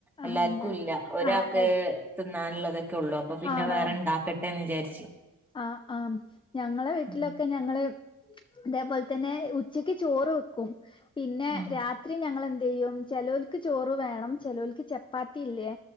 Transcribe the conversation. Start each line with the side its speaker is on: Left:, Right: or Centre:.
Left: ആ
Centre: എല്ലാർക്കും
Left: ഞാ
Centre: ഇല്യ ഒരാക്ക്
Left: ആ എ-
Centre: തിന്ന <unintelligible>
Left: ആണോ
Centre: <unintelligible> വേറെണ്ടാക്കട്ടേ വിചാര്ച്ച്
Left: ആഹ് ആഹ് ഞങ്ങളെ വീട്ടിലൊക്കെ
Centre: ഉം
Left: ഞങ്ങള് ഇതേ പോൽതന്നെ ഉച്ചക്ക് ചോറ് വെക്കും പിന്നെ
Centre: ഉം
Left: രാത്രി ഞങ്ങളെ യും ചെലോൽക്ക് ചോറ് വേണം ചെലോൽക്ക് ചപ്പാത്തി ഇല്ലേ